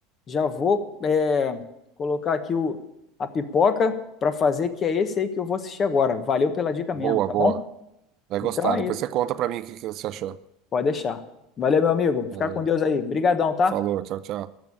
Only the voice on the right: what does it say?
boa,
boa.
Vai gostar.
Depois
você conta pra mim o que que você achou.
Valeu.
Falou, tchau, tchau.